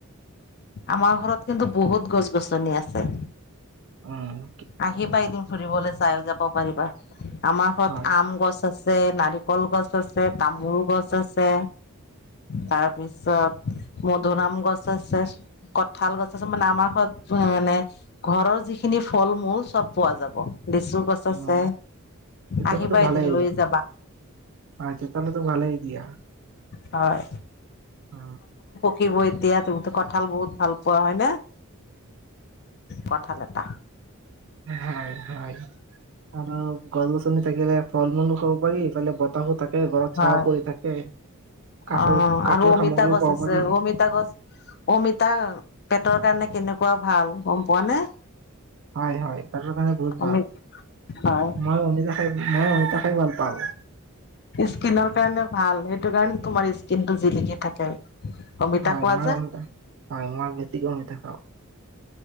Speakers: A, on the left; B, on the right.
A: আমাৰ ঘৰত কিন্তু বহুত গছ গছনি আছে
B: উম
A: আহিবা এদম ফুৰিবলৈ চাই যাব পাৰিবা আমাৰ ঘৰত
B: হয়
A: আম গছ আছে আছে নাৰিকল গছ আছে তামোল গছ আছে তাৰপিছত মধুুৰম গছ আছে কঠাল গছ আছে মানে আমাৰ ঘৰত মানে ঘৰৰ যিখিনি ফল-মূল চব পোৱা যাব। লিচু গছ
B: অ',
A: আছে
B: চতালতো
A: আহিবা
B: ভালেই,
A: এদিন লৈ যাবা।
B: চতালতো ভালেই দিয়া।
A: হয়
B: অ
A: <unintelligible> এতিয়া তুমিটো কঁঠাল বহুত ভাল পোৱা হয় নে? কঠাল এটা
B: হয়, হয়। আৰু গছ -গছনি থাকিলে ফল- মূলু <unintelligible> পাৰি ইফালে বতাহো থাকে, ঘৰত
A: হয়।
B: চা ও পৰি থাকে। কাঠৰ
A: অ',
B: কাঠৰ
A: আৰু অমিতা
B: সামগ্ৰীও
A: গছ
B: পাব
A: আছে,
B: পাৰি
A: অমিতা গছ, অমিতা পেটৰ <unintelligible> কাৰণে কেনেকুৱা ভাল গম পোৱা নে?
B: হয়, হয় তাৰ কাৰণে বহুত ভাল।
A: অমি হয়
B: মই অমিতা খাই, মই অমিতা খাই ভাল পাওঁ।
A: স্কিনৰ কাৰণে ভাল, সেইটো কাৰণে তোমাৰ স্কিন টো জিলিকি থাকে। অমিতা
B: হয়',
A: খোৱা
B: মই-
A: যে
B: হয় মই বেছিকৈ নেদেখাও